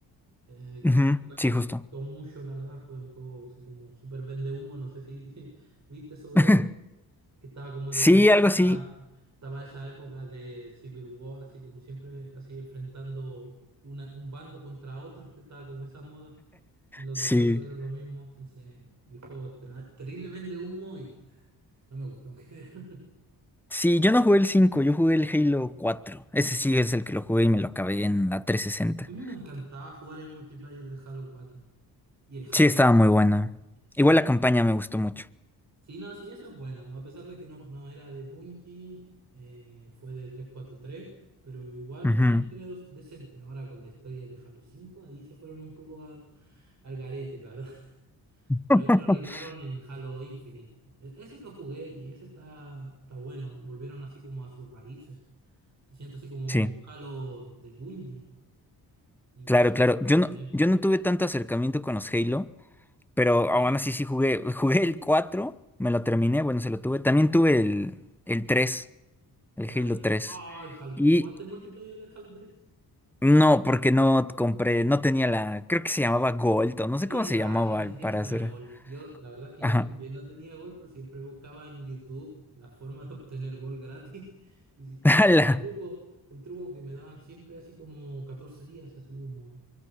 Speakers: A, on the right; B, in the centre.
A: eh,
B: Ujú,
A: que la verdad es
B: Sí,
A: que nos
B: justo.
A: gustó mucho, la verdad, fue un juego así como súper vende humo, no sé si <laughs> viste sobre
B: <laughs>
A: eso, que estaba como
B: Sí,
A: de esa
B: algo
A: época,
B: así.
A: estaba esa época de Civil War, así como siempre, así enfrentando una, un bando contra otro, <laughs> estaba como esa moda, y los
B: Sí.
A: de Halo hicieron lo mismo, entonces, y el juego es tra- terrible vende humo y nah, no me gustó en general.
B: Sí, yo no jugué el cinco. yo jugué el Halo 4. Ese sí es el que lo jugué y me lo acabé en la trescientos
A: <laughs> A
B: sesenta.
A: mí me encantaba jugar el multiplayer de Halo 4 y el Halo,
B: Sí, estaba muy buena.
A: sí,
B: Igual la campaña me gustó mucho.
A: Sí, no, sí, esa es buena. A pesar de que no, no era de Bungie, eh, fue de 343, pero igual
B: Ujú.
A: fue una historia dos- decente. Ahora con la historia de Halo 5, ahí se fueron un poco al, al garete, la verdad. <laughs> Pero
B: <laughs>
A: ahí lo arreglaron en Halo Infinite. E- ese lo jugué y ese está, está bueno. Volvieron así como a sus raíces. Se siente así como
B: Sí,
A: un Halo de Bungie. Y
B: claro,
A: eso,
B: claro.
A: eso
B: Yo
A: es
B: no,
A: genial.
B: yo no tuve tanto acercamiento con los Halo, pero
A: Dale,
B: aún así sí jugué. <laughs> Jugué el 4, me lo terminé, bueno, se lo tuve. También tuve el, el 3, el
A: dale.
B: Halo 3.
A: Ah, el Halo.
B: Y
A: ¿Y jugaste el multiplayer del Halo 3?
B: no, porque no compré, no tenía la, creo que se llamaba Gold, o no sé
A: Sí,
B: cómo se
A: ah,
B: llamaba
A: sí, en ese
B: el-
A: tiempo
B: para hacer.
A: era gol. Yo, la verdad es que
B: Ajá.
A: yo también no tenía gol, pero siempre buscaba en YouTube la forma de obtener gol gratis. <laughs> Y, si- y
B: <laughs>
A: había
B: ¡Hala!
A: un truco, un truco que me daban siempre así como 14 días, así como...